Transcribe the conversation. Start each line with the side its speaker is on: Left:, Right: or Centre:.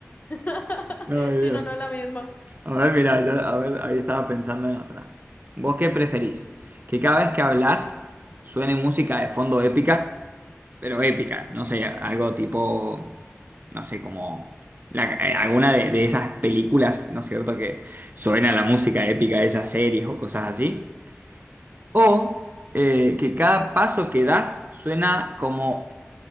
Left: <laughs>
Right: Ay,
Left: Si
Right: Dios.
Left: no, no es la misma.
Right: A ver, mira, yo- a ver, ahí estaba pensando en otra. ¿Vos qué preferís? ¿Que cada vez que hablas suene música de fondo épica? pero épica, no sé, algo tipo, no sé, como la- eh, alguna de, de esas películas, ¿no es cierto?, que suena la música épica de esas series o cosas así. O eh, que cada paso que das suena como